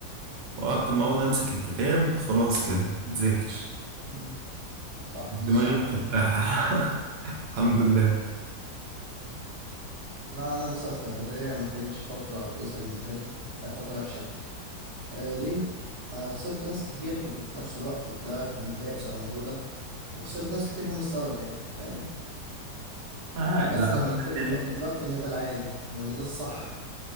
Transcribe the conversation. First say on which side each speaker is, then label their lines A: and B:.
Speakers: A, on the right; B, on the right.
A: وقت ما أقعد أمسك الكتاب خلاص كده أتذاكر
B: مم. صح
A: دماغي
B: ده الصح
A: مفتحة
B: عموما
A: <laughs> الحمد لله
B: لا انا مثلا في اعدادية ما كانتش فترة كويسة بالنسبة لي كانت فترة وحشة آه ليه؟ آه خسرت ناس كتير وفي نفس الوقت طلعت متضايق بسبب الموضوع ده وخسرت ناس كتير هم السبب يعني فاهم؟
A: آه
B: بس
A: زعلت
B: لما كبرت
A: تاني
B: ادركت ان ده العادي وان ده الصح